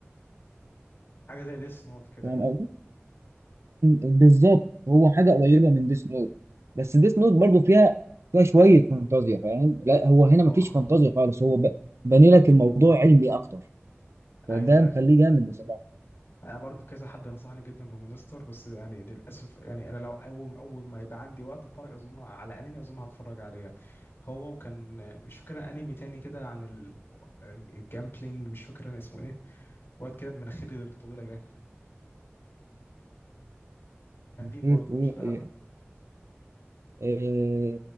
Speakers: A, on the left; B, on the right.
A: حاجه زي ديس نوت كده
B: فاهم
A: يعني
B: بالظبط هو حاجه قريبه من ديس نوت بس ديس نوت برضو فيها فيها شويه فانتازيا فاهم لا هو هنا
A: هو
B: مفيش فانتازيا خالص هو ب- باني لك الموضوع علمي اكتر فده
A: ايوه
B: مخليه
A: ايوه
B: جامد بصراحه
A: انا برضه كذا حد نصحني جدا بمونستر بس يعني للاسف يعني انا لو اول اول ما يبقى عندي وقت اتفرج اظن على انمي اظن هتفرج عليه هو وكان مش فاكر انمي تاني كده عن ال- الجامبلينج مش فاكر انا اسمه ايه واد كده بمناخير الطويله جاي قديم
B: خير
A: برضه
B: تقول
A: مش لا
B: إيه- إيه-